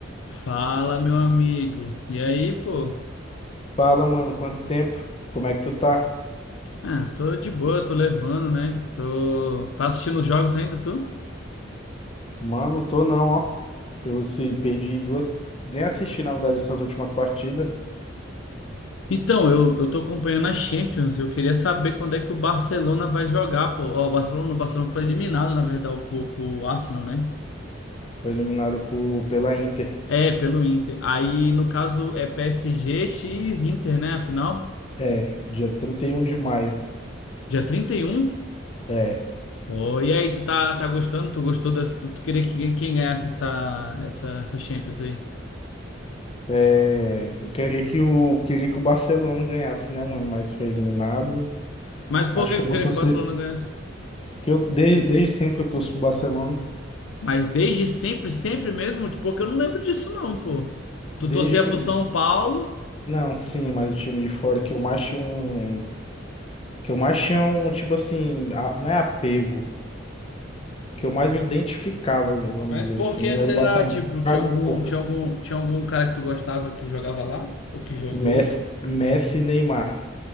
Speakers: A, on the left; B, on the left.
A: Fala, meu amigo. E aí, pô?
B: Fala, mano, quanto tempo? Como é que tu tá?
A: Ah, tô de boa, tô levando, né? Tô... Tá assistindo os jogos ainda, tu?
B: Mano, tô não, ó. Eu se perdi duas, nem assisti, na verdade, essas últimas partidas.
A: Então, eu, eu tô acompanhando a Champions. Eu queria saber quando é que o Barcelona vai jogar, pô. Ó, o Barcelona, o Barcelona foi eliminado, na verdade, pro, pro Arsenal, né?
B: Foi eliminado por, pela Inter.
A: É, pelo Inter. Aí, no caso, é PSG x Inter, né? Afinal,
B: É, dia 31 de maio.
A: dia trinta e um
B: É,
A: Pô, e aí, tu tá, tá gostando? Tu gostou dessa? Tu, tu queria que quem quem ganhasse essa, essa, essa Champions aí?
B: é, eu queria que o, queria que o Barcelona ganhasse, né, mano? Mas foi eliminado.
A: Mas por
B: Acho
A: que
B: que
A: que
B: eu vou
A: tu queria
B: torcer,
A: que o Barcelona ganhasse?
B: que eu desde, desde sempre que eu torço pro Barcelona.
A: Mas desde sempre, sempre mesmo, tipo, porque eu não lembro disso não, pô. Tu
B: Desde
A: torcia
B: que,
A: pro São Paulo,
B: não, sim, mas o time de fora que eu mais tinha um, que eu mais tinha um, tipo assim, a- não é apego. que eu mais me identificava, vamos
A: mas
B: dizer
A: por
B: assim,
A: que será?
B: era o Barcelona.
A: Tipo, tinha
B: Ah,
A: algum,
B: porra,
A: tinha algum, tinha algum cara que tu gostava que jogava lá? Ou que jogou?
B: Messi, Messi e Neymar.